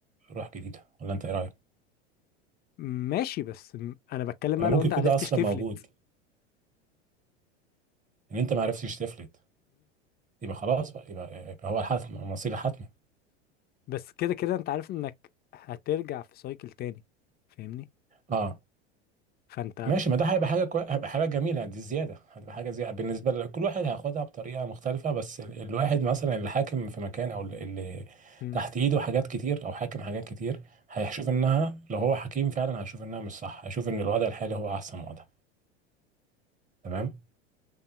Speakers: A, on the right; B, on the left.
A: روح جديده ولا انت ايه رايك
B: ماشي بس م- انا بتكلم بقى
A: انا ممكن
B: لو انت
A: يكون
B: عرفتش
A: ده اصلا
B: تفلت
A: موجود ان انت ما عرفتش تفلت يبقى خلاص بقى يبقى, يبقى هو الحتم مصير الحتمي
B: بس كده كده انت عارف انك هترجع في سايكل تاني فاهمني
A: اه
B: فانت
A: ماشي ما ده هيبقى حاجه كوي... هيبقى حاجه جميله دي زياده هتبقى حاجه زياده بالنسبه لكل واحد هياخدها بطريقه مختلفه بس ال... الواحد مثلا اللي حاكم في مكان او اللي اللي
B: مم.
A: تحت ايده حاجات كتير او حاكم حاجات كتير هيشوف انها لو هو حكيم فعلا هيشوف انها مش صح هيشوف ان الوضع الحالي هو احسن وضع تمام